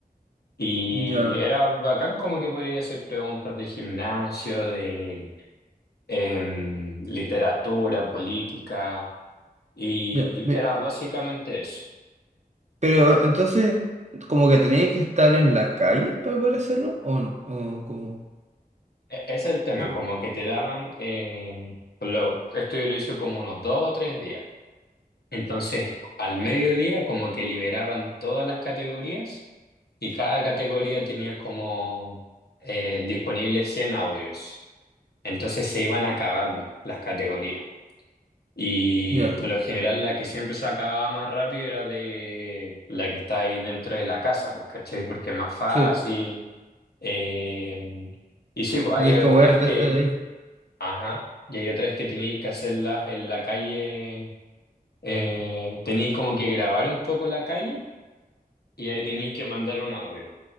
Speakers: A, on the left (about 90°); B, on the right (about 45°).
A: Y
B: Ya,
A: era bacán como que podría hacer preguntas de gimnasio, de em, literatura, política. Y
B: ya. Ve-
A: era básicamente
B: pe-
A: eso.
B: Pero entonces, como que tenías que estar en la calle para poder hacerlo, o, no? o como,
A: E- ese es el tema,
B: por-
A: como que te daban, em, lo, esto yo lo hice como unos dos o tres días. Entonces, al mediodía como que liberaban todas las categorías y cada categoría tenía como eh, disponibles 100 audios. Entonces se iban acabando las categorías. Y
B: Ya,
A: por lo general la que siempre se acababa más rápido era de la que está ahí dentro de la casa, pues, ¿cachai? Porque es más fácil.
B: sí,
A: eh, y sí, pues
B: tienes
A: hay algunas
B: que moverte,
A: que,
B: estar ahí.
A: ajá, y hay otras que tenéis que hacerlas en la calle eh, tenéis como que grabar un poco la calle y ahí tenéis que mandar un audio.